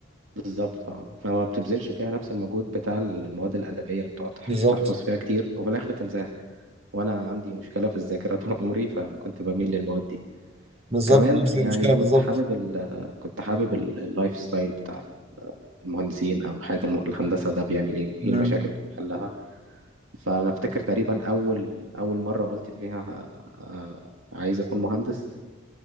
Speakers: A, on the right (about 80°); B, on the right (about 30°).
A: بالظبط اه فما بتبذلش فيها نفس المجهود بتاع المواد الأدبية اللي بتقعد تحف-
B: بالظبط
A: تحفظ فيها كتير وفي الآخر تنساها وأنا عندي مشكلة في الذاكرة طول عمري فكنت بميل للمواد دي
B: بالظبط
A: كمان
B: نفس
A: يعني
B: المشكلة بالظبط
A: كنت حابب ال كنت حابب ال- اللايف ستايل بتاع المهندسين أو حياة الم- الهندسة ده بيعمل إيه وإيه
B: مم.
A: المشاكل اللي بيحلها فأنا أفتكر تقريبا أول أول مرة قلت فيها آه، عايز أكون مهندس